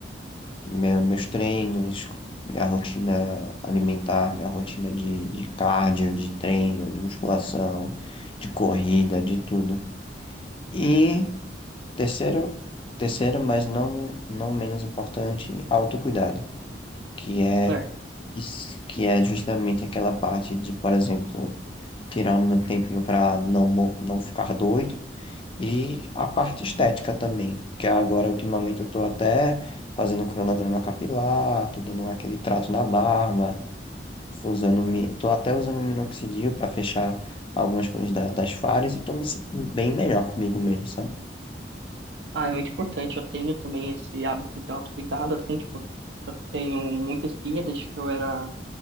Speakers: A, on the left; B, on the right.
A: meu- meus treinos, minha rotina alimentar, minha rotina de, de cardio, de treino, de musculação, de corrida, de tudo. E terceiro, terceiro, mas não, não menos importante, autocuidado, que é
B: certo.
A: Isso, que é justamente aquela parte de, por exemplo, tirando um tempinho para não, mo- não ficar doido, e a parte estética também, que agora ultimamente eu tô até fazendo cronograma capilar, tô dando aquele trato na barba, usando, mi- tô até usando minoxidil para fechar algumas coisas da- das falhas e tô me sentindo bem melhor comigo mesmo, sabe?
B: Ah, é muito importante, eu tenho também esse hábito de autocuidado, assim, tipo, eu tenho muita espinha desde que eu era